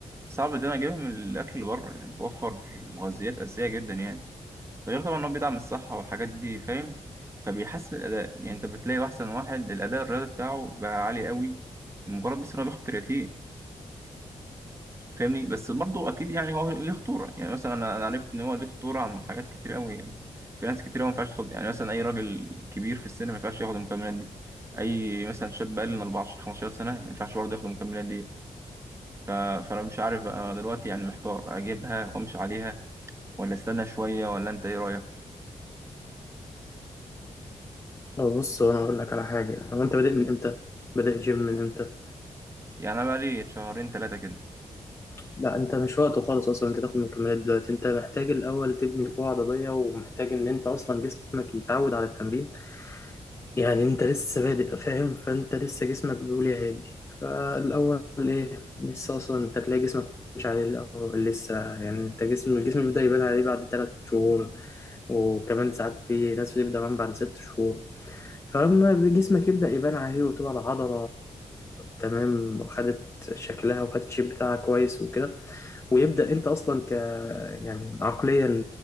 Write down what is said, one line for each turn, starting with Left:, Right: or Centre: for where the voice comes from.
Right: صعب إن أنا أجيبها من الأكل اللي بره يعني بيوفر مغذيات أساسية جدا يعني ده غير طبعا إن هو بيدعم الصحة والحاجات دي فاهم فبيحسن الأداء يعني أنت بتلاقي أحسن واحد الأداء الرياضي بتاعه بقى عالي قوي مجرد بس إن هو بياخد كرياتين فاهمني بس برضه اكيد يعني هو ليه خطوره يعني مثلا انا أنا عرفت ان هو ليه خطوره عن حاجات كتير قوي يعني في ناس كتير قوي ما ينفعش تاخد يعني مثلا اي راجل كبير في السن ما ينفعش ياخد المكملات دي اي مثلا شاب اقل من 14 15 سنه ما ينفعش برضه ياخد المكملات دي ف... فانا مش عارف انا دلوقتي يعني محتار اجيبها وامشي عليها ولا استنى شويه ولا انت ايه رايك
Left: هو بص هو انا اقول لك على حاجه هو انت بادئ من امتى بادئ جيم من امتى
Right: يعني انا بقى لي شهرين ثلاثه كده
Left: لا انت مش وقته خالص اصلا انت تاخد مكملات دلوقتي انت محتاج الاول تبني قوه عضليه ومحتاج ان انت اصلا جسمك يتعود على التمرين يعني انت لسه بادئ فاهم فانت لسه جسمك بيقول يا هادي فالاول ايه لسه اصلا انت تلاقي جسمك مش عليه الاول لسه يعني انت جسم الجسم بيبدا يبان عليه بعد ثلاث شهور وكمان ساعات في ناس بتبدا كمان بعد ست شهور فاما جسمك يبدا يبان عليه وتبقى العضله تمام وخدت شكلها وخدت الشيب بتاعها كويس وكده ويبدأ انت اصلا ك يعني عقليا